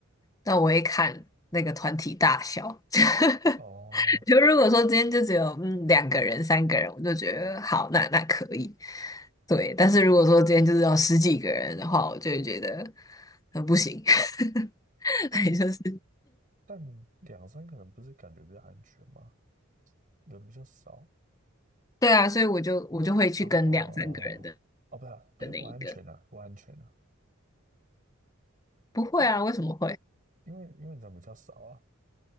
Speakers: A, on the left; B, on the right.
A: 那我会看那个团体大小。<laughs>
B: 哦，
A: 就如果说今天就只有嗯两个人、三个人，我就觉得好，那那可以。对，但是如果说今天就是要十几个人的话，我就会觉得呃不行，<laughs>
B: 但
A: 也就是
B: 但两三个人不是感觉比较安全吗？人比较少
A: 对啊，所以我就我就会去跟两三个人的
B: 啊哦哦哦，哦不是啊不是不安全啊，
A: 的那一个。
B: 不安全啊。
A: 不会啊，
B: 因
A: 为什么会？
B: 因为因为人比较少啊，